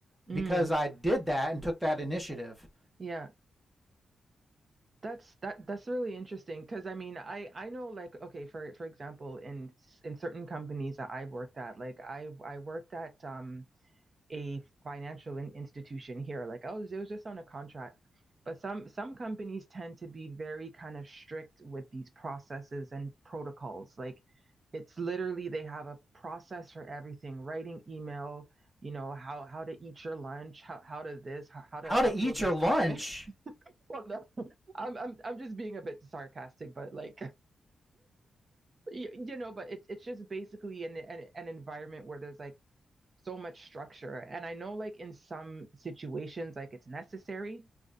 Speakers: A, on the right; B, in the centre.
A: Mm.
B: because I did that and took that initiative.
A: Yeah. That's that that's really interesting because I mean I I know like okay for for example in in certain companies that I have worked at like I I worked at um a financial in- institution here like I was it was just on a contract but some some companies tend to be very kind of strict with these processes and protocols like it's literally they have a process for everything writing email you know how how to eat your lunch how how to this how, how
B: How
A: to
B: to
A: upload
B: eat your
A: this
B: lunch?
A: document well, no, <laughs> I'm I'm I'm just being a bit sarcastic, but like <laughs> you, you know, but it's it's just basically an, an an environment where there's like so much structure, and I know like in some situations like it's necessary,